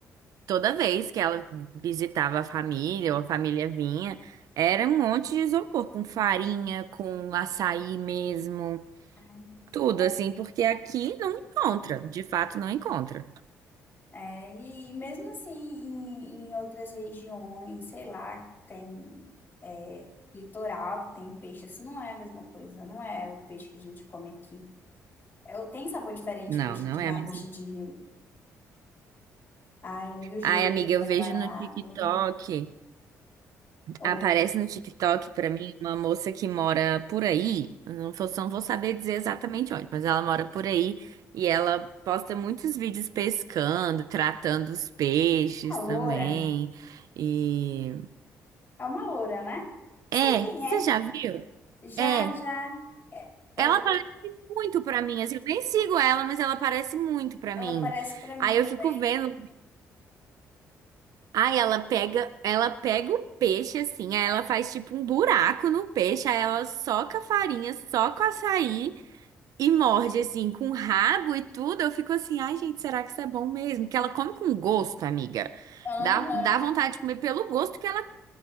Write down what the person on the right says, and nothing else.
toda vez que ela visitava a família, ou a família vinha, era um monte de isopor, com farinha, com açaí mesmo,
tudo
assim, porque aqui não encontra, de fato não encontra.
Não,
não
é mesmo.
Ai, amiga,
eu vejo no TikTok.
Aparece no TikTok pra mim uma moça que mora por aí, eu não vou, não vou saber dizer exatamente onde, mas ela mora por aí e ela posta muitos vídeos pescando, tratando os peixes
também. E
é,
você já viu?
É,
ela aparece muito pra mim, assim, eu nem sigo ela, mas ela aparece muito pra
mim.
Aí eu
fico vendo. Aí ela pega, ela pega o peixe assim, aí ela faz tipo um buraco no peixe, aí ela soca a farinha, soca o açaí e morde assim com o rabo e tudo. Eu fico assim, ai gente, será que isso é bom mesmo? Porque ela come com gosto, amiga.
Dá, dá vontade de comer pelo gosto que ela